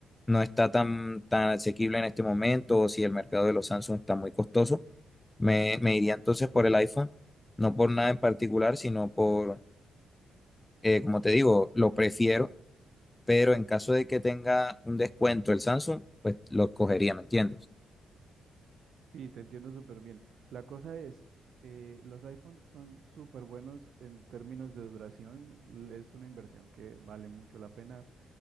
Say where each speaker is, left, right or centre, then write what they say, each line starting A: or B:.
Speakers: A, on the left; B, on the right.
A: no está tan, tan asequible en este momento o si el mercado de los Samsung está muy costoso, me, me iría entonces por el iPhone. No por nada en particular, sino por, eh, como te digo, lo prefiero. Pero en caso de que tenga un descuento el Samsung, pues lo cogería, ¿me entiendes?
B: Sí, te entiendo súper bien. La cosa es, eh, los iPhones son súper buenos en términos de duración. l- Es una inversión que vale mucho la pena.